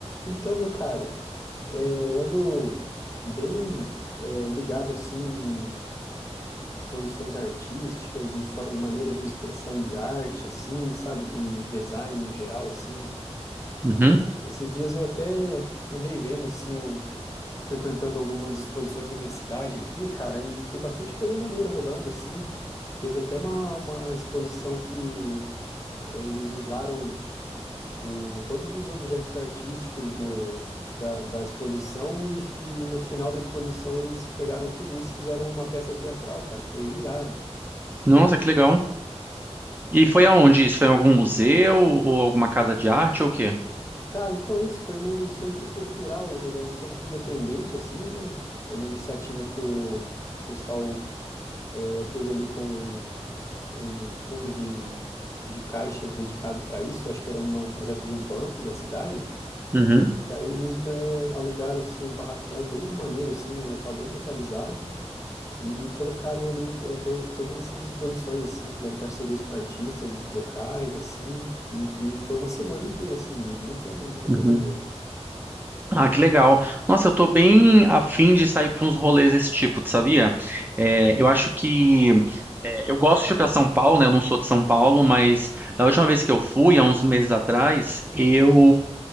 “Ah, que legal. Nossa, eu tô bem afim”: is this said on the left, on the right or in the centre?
Right